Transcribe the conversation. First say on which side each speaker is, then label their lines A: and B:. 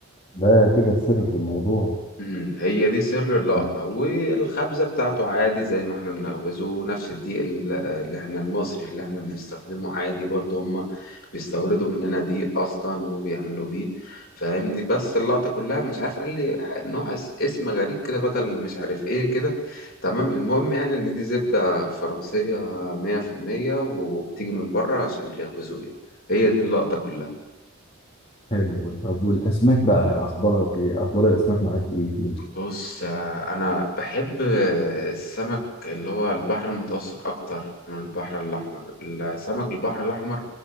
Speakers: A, on the left; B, on the left.
A: ده كده السر في الموضوع
B: امم هي دي سر اللقطة
A: مم.
B: والخبزة بتاعته عادي زي ما احنا بنخبزه نفس الدقيق ال- اللي احنا المصري اللي احنا بنستخدمه عادي برضه هما بيستوردوا مننا دقيق اصلا وبيعملوا بيه فاهمني بس اللقطة كلها مش عارف قال لي نوع اس- اسم غريب كده بدل مش عارف ايه كده تمام المهم يعني ان دي زبدة فرنسية مية في المية وبتيجي من بره عشان بيخبزوا بيها هي دي اللقطة كلها
A: حلو طب والاسماك بقى اخبارك ايه اخبار الاسماك معاك ايه فيها
B: بص آه، انا بحب آه، السمك اللي هو البحر المتوسط اكتر من البحر الاحمر السمك البحر الاحمر